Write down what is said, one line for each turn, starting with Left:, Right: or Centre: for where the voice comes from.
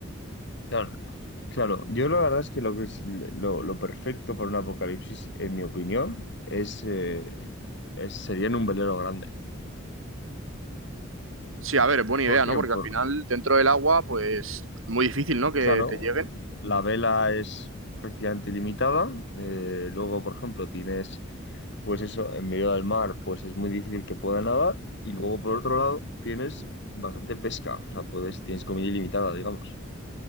Left: Claro. Claro, yo la verdad es que lo que es- lo, lo perfecto para un apocalipsis, en mi opinión, es, eh, es- sería en un velero grande.
Right: Sí, a ver, es buena
Left: ¿Por
Right: idea,
Left: qué?
Right: ¿no? Porque
Left: Por-
Right: al final dentro del agua, pues muy difícil, ¿no? Que
Left: claro,
Right: te lleguen.
Left: la vela es prácticamente ilimitada. eh, luego, por ejemplo, tienes, pues eso, en medio del mar, pues es muy difícil que pueda nadar. Y luego, por otro lado, tienes bastante pesca. O sea, puedes, tienes comida ilimitada, digamos. <clears throat>